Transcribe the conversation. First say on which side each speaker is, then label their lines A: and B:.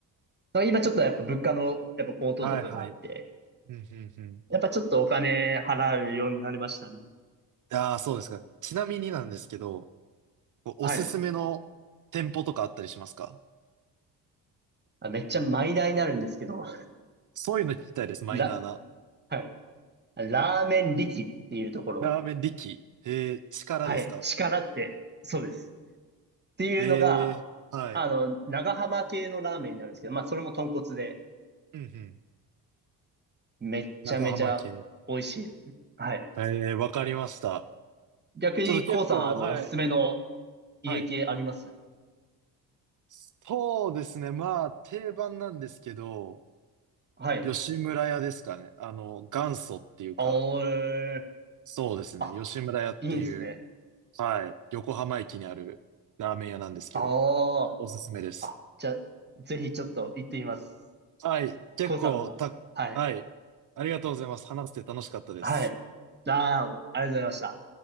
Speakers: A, on the right (about 20°); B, on the right (about 40°).
A: まあ今ちょっとやっぱ物価のやっぱ高騰とかがあって、
B: はいはい。うんうんうん。
A: やっぱちょっとお金払うようになりましたね。
B: ああ、そうですか。ちなみになんですけど、こうおすすめの店舗とかあったりしますか
A: はい。あ、めっちゃマイナーになるんですけど、
B: そういうの聞きたいです、
A: <laughs>
B: マイナーな。
A: ラ、はい。ラーメン力っていうところ、
B: ラーメン力。えー、力ですか
A: はい。力って、そうです。っていうのが、
B: えー、はい。
A: あの、長浜系のラーメンになるんですけど、まあそれも豚骨で、
B: うんうん。
A: めっちゃめちゃ美味しいです。
B: 長浜系。
A: はい。
B: えー、わかりました。
A: 逆に、
B: ちょっと結構、
A: こうさん、あの、
B: はい、
A: おすすめの家系あります
B: はい。そうですね。まあ、定番なんですけど、
A: はい。
B: 吉村屋ですかね。あの、元祖っていうか、
A: あー、えー
B: そうですね。
A: あ、
B: 吉村屋っていう、
A: いいんですね。
B: はい、横浜駅にあるラーメン屋なんですけど、
A: あ
B: おすすめです。
A: あ、あ、じゃあ、ぜひちょっと行ってみます。
B: はい。結構た、
A: こうさんも、はい。
B: はい。ありがとうございます。話して楽しかったです。
A: はい。ああ、ありがとうございました。